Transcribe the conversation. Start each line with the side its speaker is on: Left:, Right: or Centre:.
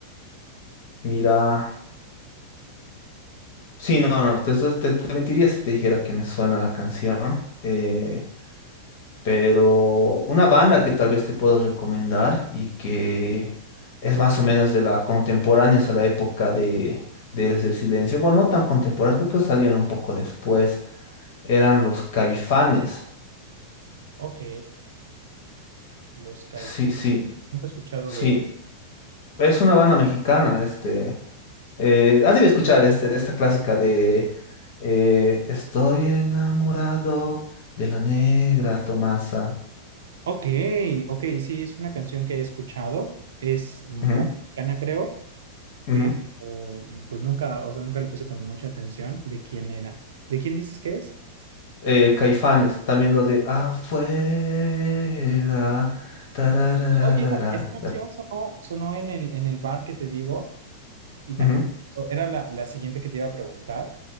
Left: mira, sí, no, no, te, te- te- te mentiría si te dijera que me suena la canción, eh, pero una banda que tal vez te puedo recomendar y que es más o menos de la contemporánea, a la época de, de Eres del Silencio, bueno, no tan contemporáneos, creo que salieron un poco después, eran los Caifanes,
Right: Ok, los caifanes.
Left: sí, sí,
Right: Nunca he escuchado
Left: sí.
Right: de ellos.
Left: Es una banda mexicana, este. eh, has debido escuchar este, esta clásica de eh, Estoy enamorado de la negra Tomasa.
Right: Ok, ok, sí, es una canción que he escuchado. Es muy
Left: Ujú,
Right: mexicana, creo.
Left: ujú.
Right: pero pues nunca, o sea, nunca le puse como mucha atención de quién era. ¿De quién dices que es?
Left: Eh, Caifanes, también lo de afuera. tararararara,
Right: Oye, esa, esa canción sonó, sonó en el, en el bar que te digo y también
Left: ujú.
Right: me gustó. era la, la siguiente que te iba a preguntar.